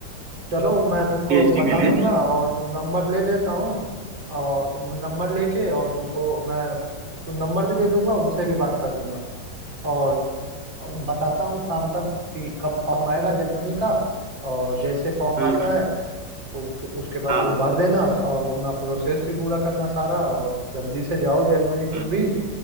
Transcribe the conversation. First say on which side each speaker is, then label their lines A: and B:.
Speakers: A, on the right; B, on the right.
A: चलो मैं तुमको
B: पीएचडी
A: बता
B: के
A: दूंगा
B: लिए
A: और नंबर ले लेता हूँ और नंबर लेके और तुमको मैं तो नंबर भी दे दूंगा उनसे भी बात कर लूंगा और बताता हूँ शाम तक कि कब फॉर्म आएगा जर्मनी का और जैसे फॉर्म
B: हम्म
A: आता है उसके उसके बाद
B: हाँ
A: तुम भर देना तो- और अपना प्रोसेस भी पूरा करना सारा और जल्दी से जाओ जर्मनी तुम
B: हम्म,
A: भी